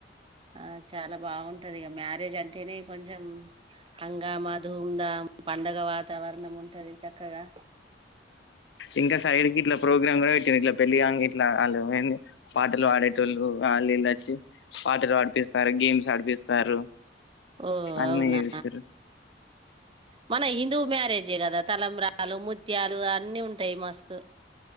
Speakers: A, on the right (about 30°); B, on the left (about 75°).
A: ఆ చాలా బాగుంటది ఇక మ్యారేజ్ అంటేనే కొంచెం హంగామా ధూధా పండగ వాతావరణం ఉంటది చక్కగా
B: ఇంకా సైడ్కి ఇట్లా ప్రోగ్రామ్ కూడా పెట్టింది ఇట్లా పెళ్ళంగ ఇట్లా వాళ్ళు పాటలు పాడేటోళ్ళు వాళ్ళు ఇలా వచ్చి ఆటలు ఆడిపిస్తారు గేమ్స్ ఆడిపిస్తారు
A: ఓ
B: అన్నీ
A: అవునా
B: ఇస్తారు
A: మన హిందూ మ్యారేజ్ ఏ కదా తలంబ్రాలు ముత్యాలు అన్ని ఉంటాయి మస్తు